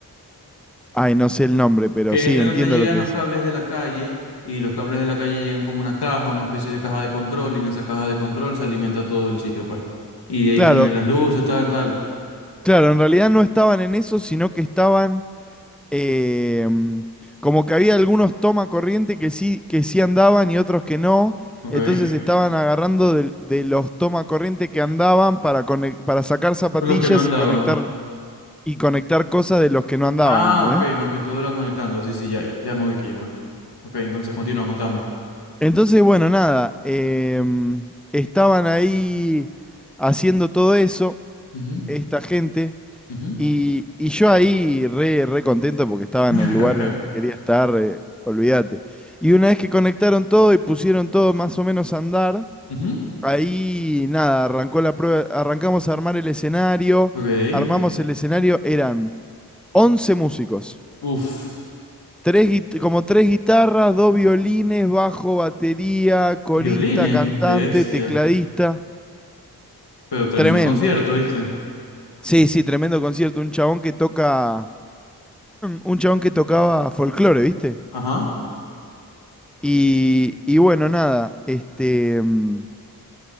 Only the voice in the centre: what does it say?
Ay, no sé el nombre, pero
sí,
entiendo
lo que
decís.
Claro,
claro, en realidad no estaban en eso, sino que estaban eh, mm, como que había algunos toma corriente que sí, que sí andaban y otros que no.
Entonces estaban agarrando del- de, los toma corriente que andaban para, conec- para sacar zapatillas
y conectar, y conectar cosas de los que no andaban,
¿entendés?
Entonces, bueno, nada, em, estaban ahí haciendo todo eso,
esta gente.
Y, y yo ahí re, re contento porque estaba
en el lugar en el que quería estar, eh, olvídate. Y una vez que conectaron todo y pusieron todo más o menos a andar,
ahí nada, arrancó la prueba, arrancamos a armar el escenario,
armamos el escenario, eran 11 músicos,
tres, guit- como tres guitarras, dos violines, bajo, batería, corista,
cantante,
tecladista,
tremendo.
Sí, sí, tremendo concierto, un chabón que toca, un chabón que tocaba folclore, ¿viste?
Y, y bueno, nada, este, mm,